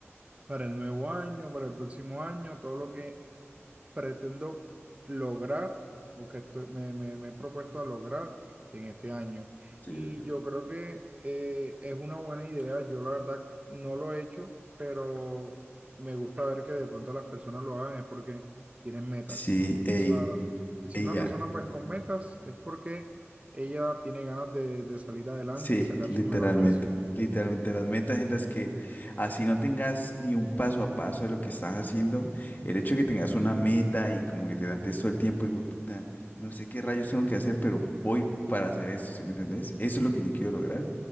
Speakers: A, on the right; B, on the left.
A: para el nuevo año, para el próximo año, todo lo que pretendo lograr o que estoy- me, me- me he propuesto a lograr en este año.
B: Sí,
A: Y
B: sí.
A: yo creo que eh, es una buena idea. Yo la verdad no lo he hecho, pero me gusta ver que de pronto las personas lo hagan es porque tienen metas.
B: Sí, ey,
A: O sea, si
B: ella.
A: una persona pues con metas es porque ella tiene ganas de, de salir adelante
B: Sí,
A: y sacar
B: literalmente.
A: su mejor versión.
B: Literalmente las metas en las que así no tengas ni un paso a paso de lo que estás haciendo, el hecho de que tengas una meta y como que te dan todo el tiempo y puta, no sé qué rayos tengo que hacer, pero voy para hacer esto, ¿sí me entendés? Eso es lo que yo quiero lograr.